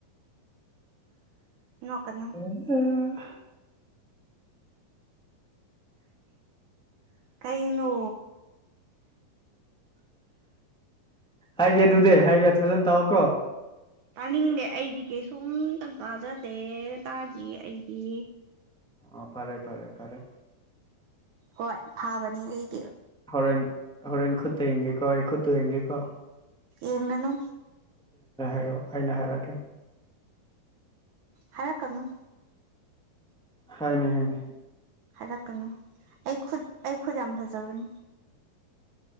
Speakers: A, on the right; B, in the centre.
A: ꯅꯣꯛꯀꯅꯨ
B: ꯑ
A: ꯀꯩꯩꯅꯣ
B: ꯍꯥꯏꯒꯦ ꯑꯗꯨꯗꯤ ꯍꯥꯏꯒꯦ ꯐꯖꯟ ꯇꯥꯛꯑꯣꯀꯣ
A: ꯇꯥꯅꯤꯡꯂꯦ ꯑꯩꯗꯤ ꯀꯩꯁꯨꯝꯇ ꯇꯥꯖꯗꯦ ꯇꯥꯔꯗꯤ ꯑꯩꯗꯤ
B: ꯑꯣꯥ ꯐꯔꯦ ꯐꯔꯦ ꯐꯔꯦ
A: ꯍꯣꯏ ꯐꯥꯕꯅꯤ ꯑꯩꯗꯤ
B: ꯍꯣꯔꯦꯟ ꯍꯣꯔꯦꯟ ꯈꯨꯠꯇ ꯌꯦꯡꯒꯦꯀꯣ ꯑꯩ ꯈꯨꯠꯇꯨ ꯌꯦꯡꯒꯦꯀꯣ
A: ꯌꯦꯡꯒꯅꯨ
B: ꯍꯥꯏꯔꯣ ꯑꯩꯅ ꯍꯥꯏꯔꯛꯀꯦ
A: ꯍꯥꯏꯔꯛ ꯀꯅꯨ
B: ꯍꯥꯏꯅꯦ ꯍꯥꯏꯅꯦ
A: ꯍꯥꯏꯔꯛꯀꯅꯨ ꯑꯩ ꯈꯨꯠ ꯑꯩ ꯈꯨꯠ ꯌꯥꯝ ꯐꯖꯕꯅꯤ